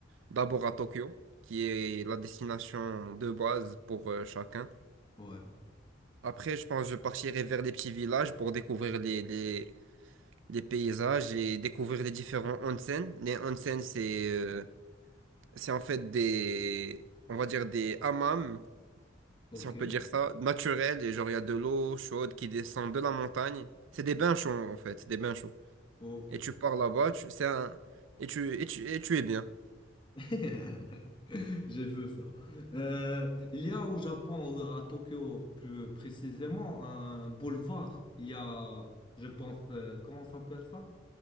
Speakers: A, on the right (about 80°); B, on the left (about 25°).
A: d'abord à Tokyo, qui est la destination de base pour euh, chacun.
B: Ouais.
A: Après, je pense que je partirai vers les petits villages pour découvrir les, les, les paysages et découvrir les différents onsen. Les onsen, c'est euh, c'est en fait des, on va dire des hammams,
B: Ok.
A: si on peut dire ça, naturels. Et genre, il y a de l'eau chaude qui descend de la montagne. C'est des bains chauds, en fait. C'est des bains chauds.
B: Ok.
A: Et tu pars là-bas, tu, c'est un, et tu, et tu, et tu es bien.
B: <laughs> J'ai vu ça. Euh, il y a au Japon, à Tokyo plus précisément, un boulevard. Il y a, je pense, euh, comment ça s'appelle ça?